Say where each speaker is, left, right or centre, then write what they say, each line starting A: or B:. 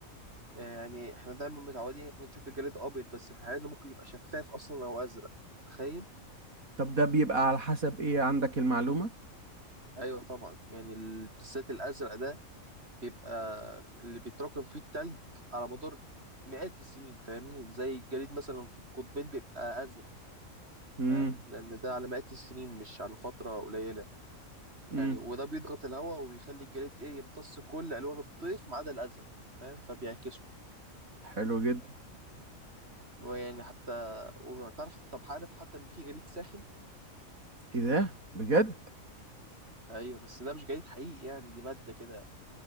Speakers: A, on the right; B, on the right.
A: آه، يعني احنا دايما متعودين احنا نشوف الجليد ابيض بس في الحقيقه انه ممكن يبقى شفاف اصلا او ازرق تخيل
B: طب ده بيبقى على حسب ايه عندك المعلومة
A: ايوه طبعا يعني ال- بالذات الازرق ده بيبقى ف- اللي بيتراكم فيه التلج على مدار مئات السنين فاهمني زي الجليد مثلا في القطبين بيبقى ازرق
B: امم
A: فاهم لان ده على مئات السنين مش على فتره قليله
B: امم
A: يعني وده بيضغط الهواء ويخلي الجليد ايه يمتص كل الوان الطيف ما عدا الازرق فاهم فبيعكسه
B: حلو جدا
A: ويعني حتى وتعرف طب عارف حتى ان في جليد ساخن
B: ايه ده بجد
A: ايوه بس ده مش جليد حقيقي يعني دي ماده كده